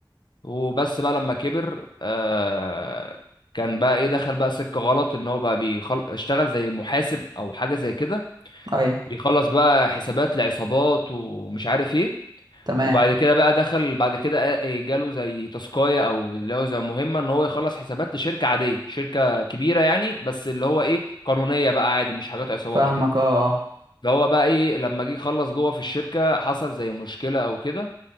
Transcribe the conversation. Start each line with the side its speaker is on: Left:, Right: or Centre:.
Left: وبس بقى لما كبر آه كان بقى ايه دخل بقى سكة غلط ان هو بقى بيخل... اشتغل زي محاسب او حاجة زي كده
Right: ايوه
Left: بيخلص بقى حسابات لعصابات ومش عارف ايه
Right: تمام
Left: وبعد كده بقى دخل بعد كده آه، جاله زي تاسكاية او اللي هو زي مهمة ان هو يخلص حسابات لشركة عادية شركة كبيرة يعني بس اللي هو ايه قانونية بقى عادي مش حاجات عصابات
Right: فاهمك
Left: وكده
Right: اه اه
Left: فهو بقى ايه لما جه يخلص جوه في الشركة حصل زي مشكلة او كده